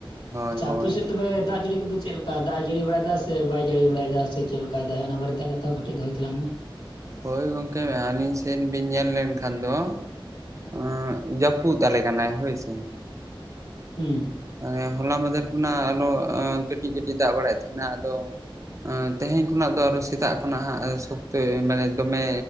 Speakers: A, on the right; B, on the left.
A: ᱦᱳᱭ
B: ᱟᱪᱪᱷᱟ
A: ᱦᱳᱭ
B: ᱟᱯᱮ ᱥᱮᱫ ᱛᱚᱵᱮ ᱫᱟᱜ ᱡᱟᱹᱲᱤ ᱠᱚᱫᱚ ᱪᱮᱫ ᱫᱟᱜ ᱡᱟᱹᱲᱤ ᱵᱟᱲᱟᱭᱮᱫᱟ ᱥᱮ ᱵᱟᱭ ᱡᱟᱹᱲᱤ ᱵᱟᱲᱟᱭᱮᱫᱟ ᱥᱮ ᱪᱮᱫ ᱞᱮᱠᱟᱭ ᱫᱟᱭ ᱚᱱᱟ ᱵᱟᱨᱮᱛᱮ ᱠᱟᱛᱷᱟ ᱦᱚᱸ ᱠᱟᱹᱴᱤᱡ ᱫᱚᱦᱚᱭ ᱛᱟᱞᱟᱝ ᱢᱮ᱾
A: ᱦᱳᱭ ᱜᱚᱝᱠᱮ ᱟᱹᱞᱤᱧ ᱥᱮᱫ ᱵᱤᱱ ᱧᱮᱞ ᱞᱮᱱᱠᱷᱟᱱ ᱫᱚ ᱚᱸᱜ ᱡᱟᱹᱯᱩᱫ ᱛᱟᱞᱮ ᱠᱟᱱᱟᱭ ᱦᱳᱭ ᱥᱮ᱾
B: ᱦᱩᱸ
A: ᱢᱟᱱᱮ ᱦᱚᱞᱟ ᱢᱟᱫᱷᱮᱨ ᱠᱷᱚᱱᱟᱜ ᱟᱨᱚ ᱠᱟᱹᱴᱤᱡ ᱠᱟᱹᱴᱤᱡ ᱫᱟᱜ ᱵᱟᱲᱟᱭᱮᱫ ᱛᱟᱦᱮᱸᱱᱟ᱾ ᱟᱫᱚ ᱟᱸ ᱛᱮᱦᱮᱧ ᱠᱷᱚᱱᱟᱜ ᱫᱚ ᱟᱨᱚ ᱥᱮᱛᱟᱜ ᱠᱷᱚᱱᱟᱜ ᱦᱟᱸᱜ ᱥᱚᱠᱛᱚ ᱢᱟᱱᱮ ᱫᱚᱢᱮ